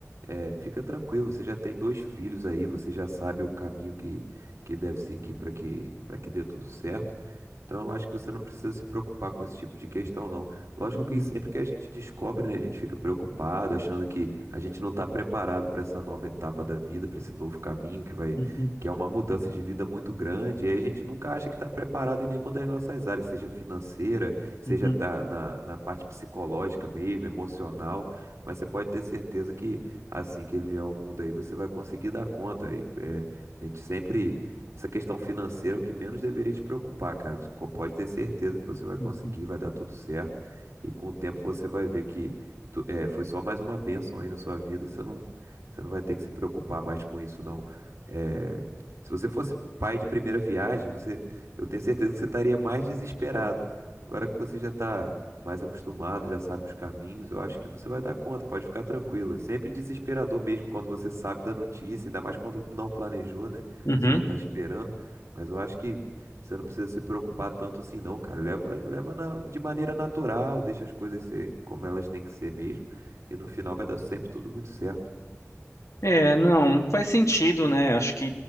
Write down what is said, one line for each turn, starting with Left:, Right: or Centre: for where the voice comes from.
Right: é, fica tranquilo, você já tem dois filhos aí, você já sabe o caminho que, que deve seguir para que, para que dê tudo certo. Então, eu acho que você não precisa se preocupar com esse tipo de questão, não. Lógico
Left: Uhum,
Right: que sempre que a gente descobre, né, a gente fica preocupado, achando que a gente não está preparado para essa nova etapa da vida, para esse novo caminho que vai,
Left: uhum,
Right: que é uma mudança de vida muito grande. E aí a gente nunca acha que está preparado em nenhuma das nossas áreas, seja financeira, seja
Left: uhum,
Right: tá na, na parte psicológica mesmo, emocional. Mas você pode ter certeza que assim que ele vier ao mundo aí, você vai conseguir dar conta. E, é, a gente sempre essa questão financeira é o que menos deveria te preocupar, cara. Você co- pode ter certeza que você vai conseguir,
Left: uhum.
Right: vai dar tudo certo. E com o tempo você vai ver que tu- é, foi só mais uma bênção aí na sua vida. Você não, você não vai ter que se preocupar mais com isso, não. É, se você fosse pai de primeira viagem, você, eu tenho certeza que você estaria mais desesperado. Agora que você já está mais acostumado, já sabe os caminhos, eu acho que você vai dar conta, pode ficar tranquilo. É sempre desesperador mesmo quando você sabe da notícia, ainda mais quando não planejou, né?
Left: Uhum.
Right: Você não tá esperando, mas eu acho que você não precisa se preocupar tanto assim, não, cara. Leva, leva na- de maneira natural, deixa as coisas serem como elas têm que ser mesmo, e no final vai dar sempre tudo muito certo.
Left: É, não, faz sentido, né? Acho que